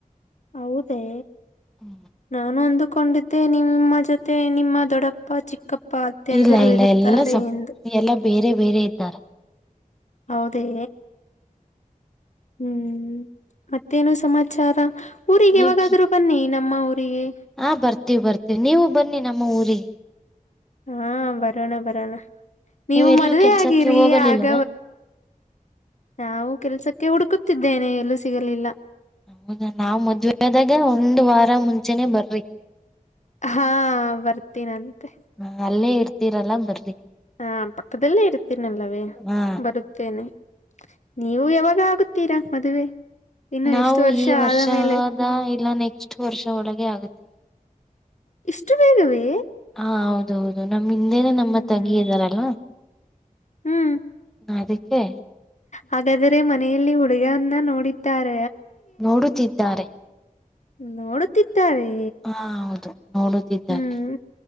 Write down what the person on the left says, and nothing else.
ಹೌದೇ
ನಾನು ಅಂದುಕೊಂಡಿದ್ದೆ ನಿಮ್ಮ ಜೊತೆ ನಿಮ್ಮ ದೊಡ್ಡಪ್ಪ ಚಿಕ್ಕಪ್ಪ ಅತ್ತೆಂದರು
ಇರುತ್ತಾರೆ
ಎಂದು
ಹೌದೇ ಹ್ಮ್ ಮತ್ತೇನು ಸಮಾಚಾರ ಊರಿಗೆವಾಗಾದ್ರೂ
ಬನ್ನಿ ನಮ್ಮ ಊರಿಗೆ
ಹಾ ಬರೋಣ ಬರೋಣ ನೀವು
ಮದ್ವೆ
ಆಗಿರಿ
ಆಗ ನಾವು ಕೆಲ್ಸಕ್ಕೆ ಹುಡುಕುತ್ತಿದ್ದೇನೆ ಎಲ್ಲೂ ಸಿಗಲಿಲ್ಲ
ಹಾ ಬರ್ತೀನಂತೆ
ಹಾ ಪಕ್ಕದಲ್ಲೇ ಇರ್ತೀನಲ್ಲವೇ
ಬರುತ್ತೇನೆ ನೀವು ಯಾವಾಗ ಆಗುತ್ತೀರಾ ಮದುವೆ ಇನ್ನು
ಎಷ್ಟು ವರ್ಷ
ಆದ ಮೇಲೆ
ಇಷ್ಟು ಬೇಗವೇ
ಹ್ಮ್
ಹ್ಮ್
ಹಾಗಾದ್ರೆ ಮನೆಯಲ್ಲಿ ಹುಡುಗವನ್ನ ನೋಡಾರ
ನೋಡುತ್ತಿದ್ದಾರೆ
ಹ್ಮ್